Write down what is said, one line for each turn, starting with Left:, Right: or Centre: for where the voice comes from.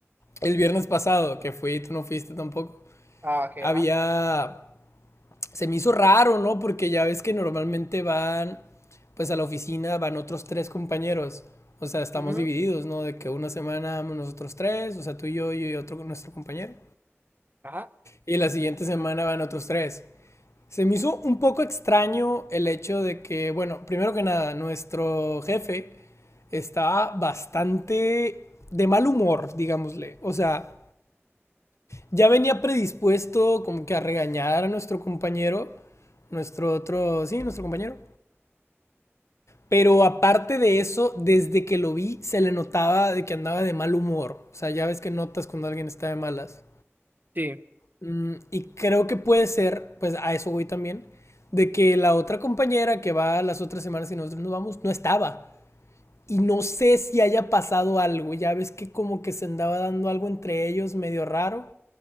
Left: el viernes pasado que fui, tú no fuiste tampoco.
Right: Ah, que,
Left: Había...
Right: ajá.
Left: Se me hizo raro, ¿no? Porque ya ves que normalmente van, pues a la oficina van otros tres compañeros. O sea, estamos
Right: Ujú,
Left: divididos, ¿no? De que una semana nosotros tres, o sea, tú y yo y otro nuestro compañero.
Right: Ajá.
Left: y la siguiente semana van otros tres. Se me hizo un poco extraño el hecho de que, bueno, primero que nada, nuestro jefe estaba bastante de mal humor, digámosle. O sea, ya venía predispuesto como que a regañar a nuestro compañero, nuestro otro, sí, nuestro compañero. Pero aparte de eso, desde que lo vi se le notaba de que andaba de mal humor. O sea, ya ves que notas cuando alguien está de malas.
Right: Sí,
Left: Mm, y creo que puede ser, pues a eso voy también, de que la otra compañera que va las otras semanas y nosotros nos vamos, no estaba. Y no sé si haya pasado algo. Ya ves que como que se andaba dando algo entre ellos medio raro.